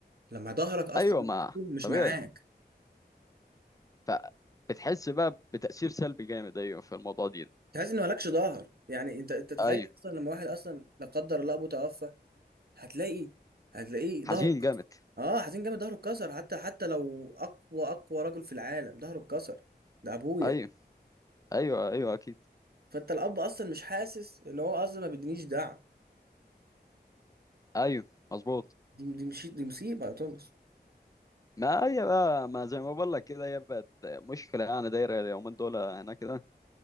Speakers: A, on the right (about 65°); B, on the left (about 20°).
A: لما ظهرك اصلا
B: ايوه ما
A: مش
B: طبيعي
A: معاك
B: فبتحس بقى بتاثير سلبي جامد ايوه في الموضوع دي
A: تحس ان مالكش ظهر يعني انت انت تخيل
B: ايوه
A: اصلا لما واحد اصلا لا قدر الله ابوه توفى هتلاقي هتلاقيه ظهره
B: حزين
A: اتكسر
B: جامد
A: اه حزين جامد ظهره اتكسر حتى حتى لو اقوى اقوى رجل في العالم ظهره اتكسر ده ابويا
B: ايوه ايوه ايوه اكيد
A: فانت الاب اصلا مش حاسس ان هو اصلا ما بيدينيش دعم
B: ايوه مظبوط
A: دي دي مش دي مصيبة يا توماس
B: ما هي بقى ما زي ما بقول لك كده هي بقت مشكلة يعني دايرة اليومين دول هنا كده